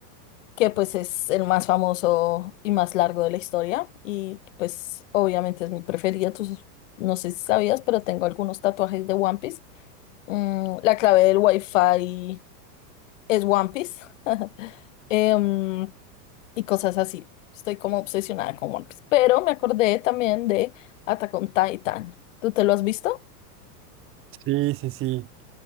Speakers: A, on the left; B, on the right.
A: que pues es el más famoso y más largo de la historia. Y pues obviamente es mi preferida. Tú no sé si sabías, pero tengo algunos tatuajes de One Piece. Mm, la clave del Wi-Fi es One Piece. <laughs> Em, y cosas así. Estoy como obsesionada con One Piece. Pero me acordé también de Attack on Titan. ¿Tú te lo has visto?
B: Sí, sí, sí.